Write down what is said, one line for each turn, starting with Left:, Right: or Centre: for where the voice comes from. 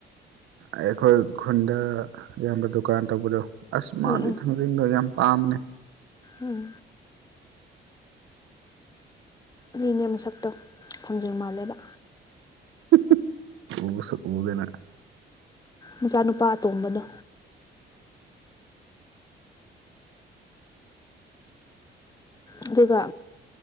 Right: ꯑꯩꯈꯣꯏ ꯈꯨꯟꯗ ꯏꯌꯥꯝꯕ ꯗꯨꯀꯥꯟ ꯇꯧꯕꯗꯣ ꯑꯁ ꯃꯥꯗꯤ
Left: ꯎꯝ ꯎꯝ
Right: ꯊꯝ ꯔꯤꯡꯒ ꯌꯥꯝ ꯄꯥꯝꯅꯦ
Left: ꯎꯝ ꯔꯤꯅꯦ ꯃꯁꯛꯇ ꯈꯣꯡꯖꯤꯡ ꯃꯥꯜꯂꯦꯕ
Right: <inaudible>
Left: ꯃꯆꯥꯅꯨꯄꯥ ꯑꯇꯣꯝꯕꯅꯣ ꯑꯗꯨꯒ